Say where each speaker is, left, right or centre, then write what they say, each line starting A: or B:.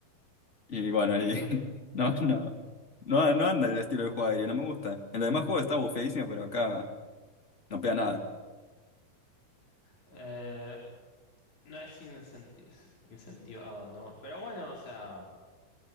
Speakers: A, on the left; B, on the left.
A: Y bueno,
B: Y
A: y
B: que
A: <laughs> no, no. No, no anda el estilo de juego aéreo, no me gusta. En los demás juegos está bufeadísimo, pero acá no pega nada.
B: eh, no es incenti- incentivado, ¿no? Pero bueno, o sea,